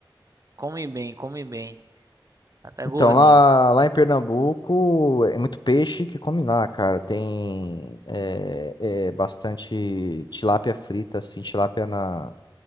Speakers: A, on the right; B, on the left.
A: Come bem, come bem. Até
B: Então,
A: gordinho.
B: lá, lá em Pernambuco é muito peixe que come lá, cara. Tem é, é, bastante tilápia frita, assim, tilápia na,